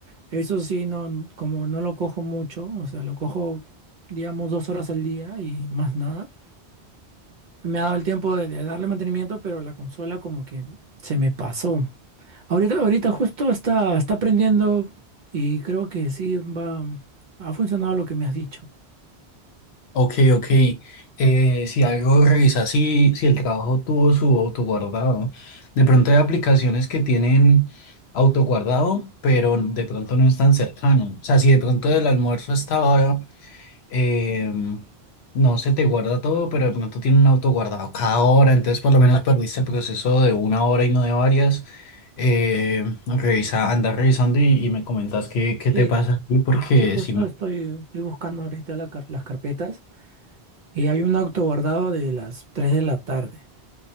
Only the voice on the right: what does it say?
eso sí, no, como no lo cojo mucho, o sea, lo cojo, digamos, dos horas al día y más nada. Me ha dado el tiempo de, de darle mantenimiento, pero la consola como que se me pasó. Ahorita, ahorita justo está, está prendiendo y creo que sí va, ha funcionado lo que me has dicho.
Sí,
sí, justo
estoy, estoy buscando ahorita la car- las carpetas y hay un auto guardado de las 3 de la tarde.